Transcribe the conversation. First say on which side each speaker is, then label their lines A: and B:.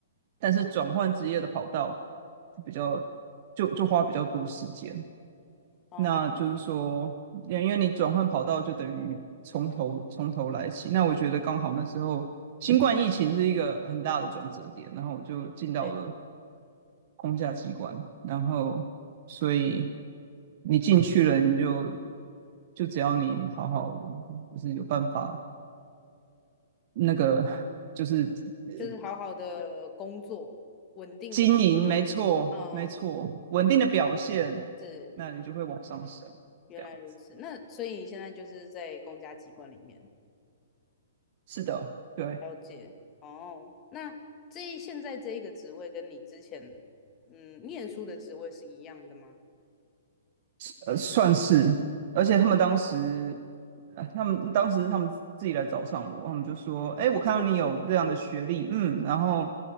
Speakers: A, on the right; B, on the left.
A: 但是转换职业的跑道就比较就就花比较多时间。
B: 哦，
A: 那就是说，因为你转换跑道就等于从头从头来起。那我觉得刚好那时候新冠疫情是一个很大的转折点，然后我就进到了
B: 对，
A: 公家机关，然后所以你进去了，你就就只要你好好就是有办法那个就是呃
B: 就是好好的工作，稳定的工
A: 经营，没错没错，
B: 嗯嗯，嗯
A: 稳定的表现，
B: 是，
A: 那你就会往上升，
B: 原来如此，
A: 这样子。
B: 那所以你现在就是在公家机关里面，
A: 是的，对。
B: 了解哦。那这一现在这一个职位跟你之前嗯念书的职位是一样的吗？
A: 呃，算是，而且他们当时，呃，他们当时他们自己来找上我，他们就说：“哎，我看到你有这样的学历，
B: 哦，这么酷，
A: 嗯，然后，